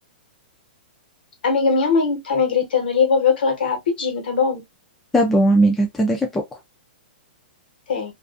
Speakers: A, on the left; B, in the centre.
A: Amiga, minha mãe tá me gritando ali, eu vou ver o que ela quer rapidinho, tá bom?
B: Tá bom, amiga, até daqui a pouco.
A: Até.